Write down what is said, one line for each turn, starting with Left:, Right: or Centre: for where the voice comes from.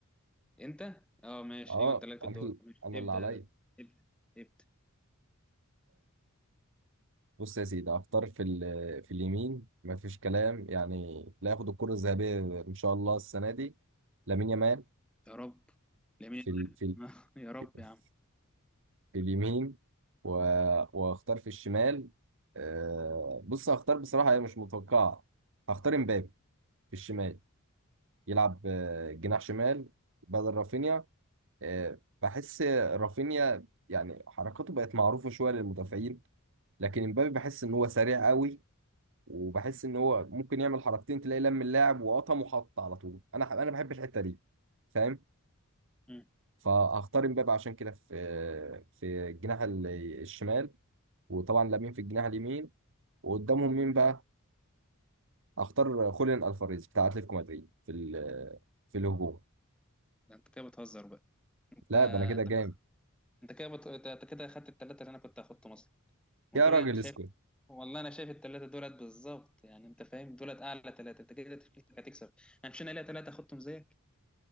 Centre: انت اه ماشي
Right: اه
Centre: ايوه انت لك
Right: انا
Centre: الدور
Right: ال-
Centre: ماشي
Right: انا
Centre: ابدأ
Right: اللي عليا
Centre: يا غالي. ابدأ ابدأ
Right: بص يا سيدي هختار في ال- في اليمين مفيش كلام يعني لا ياخد الكرة الذهبية إن شاء الله السنة دي لامين يامال
Centre: يا رب لمين
Right: في ال في ال
Centre: <laughs> يا رب يا
Right: في,
Centre: عم
Right: في اليمين و- واختار في الشمال آه، بص هختار بصراحة هي مش متوقعة هختار امبابي في الشمال يلعب آه، جناح شمال بدل رافينيا آه، بحس رافينيا يعني حركاته بقت معروفة شوية للمدافعين لكن امبابي بحس ان هو سريع قوي وبحس ان هو ممكن يعمل حركتين تلاقي لم اللاعب وقطم وحط على طول انا انا بحب الحته دي فاهم
Centre: مم.
Right: فهختار امبابه عشان كده في في الجناح ال- الشمال وطبعا لامين في الجناح اليمين وقدامهم مين بقى هختار خوليان الفاريز بتاع اتلتيكو مدريد في ال- في الهجوم
Centre: ده انت كده بتهزر بقى انت
Right: لا ده انا كده
Centre: انت
Right: جامد
Centre: انت كده بت... انت أنت كده اخدت الثلاثه اللي انا كنت هاخدهم اصلا ما
Right: يا
Centre: دول
Right: راجل
Centre: انت شايف
Right: اسكت
Centre: والله انا شايف الثلاثه دولت بالظبط يعني انت فاهم دولت اعلى ثلاثه انت كده تكلفتك هتكسب انا مش انا ليا ثلاثه اخدتهم زيك